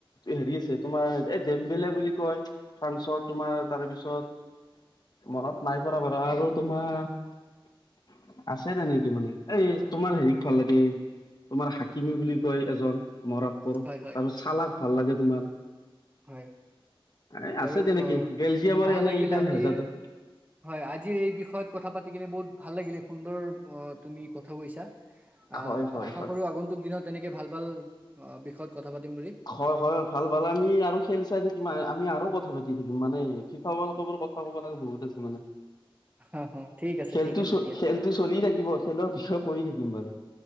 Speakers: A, on the left; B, on the right.
A: হেৰি আছে তোমাৰ এ জেমবলেগ কয় ফ্ৰান্সৰ তোমাৰ, তাৰপিছত মনত নাই পৰা বাৰু আৰু তোমাৰ আছে তেনেকে মানে। এই তোমাৰ
B: উম,
A: হেৰিক ভাল লাগে, তোমাৰ হাকিমী বুলি কয় এজন। মৰক কৰো।
B: হয়
A: তাৰপাছত
B: হয়
A: চালাক ভাল লাগে তোমাৰ।
B: হয়।
A: এ
B: বাৰু
A: আছে তেনেকি
B: অ
A: বেলজিয়ামৰ
B: ভাল
A: এনে
B: লাগিল
A: ইডান
B: আজিৰ
A: হেজাৰত
B: হয় আজিৰ এই বিষয়ত কথা পাতি কিনে বহুত ভাল লাগিলে। সুন্দৰ অ তুমি কথা কৈছা। আহ।
A: হয় হয়
B: আশা
A: হয়
B: কৰো আগন্তুক দিনত তেনেকে ভাল ভাল বিষয়ত কথা পাতিম বুলি
A: হয়। হয়। হয়। ভাল ভাল আমি আৰু খেল চাই থেকিমা আমি আৰু কথা পাতি থাকিম, মানে ফিফালৰ কথা ক'ব লাগে বহুত আছে মানে।
B: হ হ ঠিক আছে
A: খেলটো
B: ঠিক আছে
A: চ
B: দিয়া
A: খেলটো চলি থাকিব। খেলৰ বিষ কৈ থাকিম বাৰু।